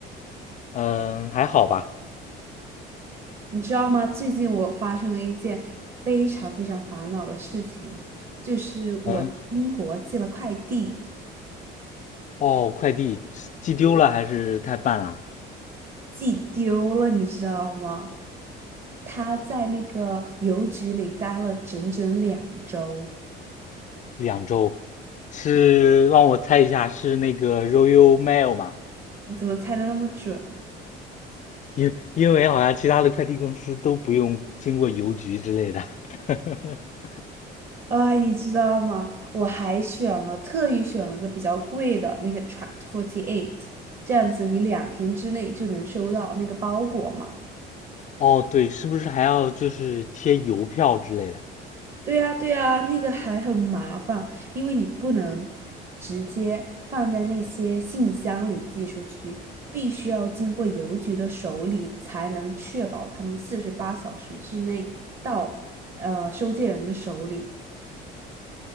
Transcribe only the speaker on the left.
嗯，还好吧。
嗯，哦，快递寄丢了还是太慢了？
两周，是让我猜一下，是那个 Royal Mail 吗？
因因为好像其他的快递公司都不用经过邮局之类的。<laughs>
哦，对，是不是还要就是贴邮票之类的？